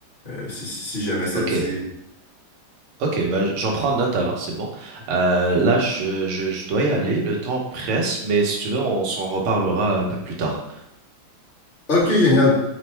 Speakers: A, on the left; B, on the right.
A: euh, si, si si jamais ça
B: Ok,
A: te dit.
B: ok, bah, j'en prends note alors, c'est bon. Euh, là, je, je, je dois y aller, le temps presse, mais si tu veux, on s'en reparlera un peu plus tard.
A: Ok, génial.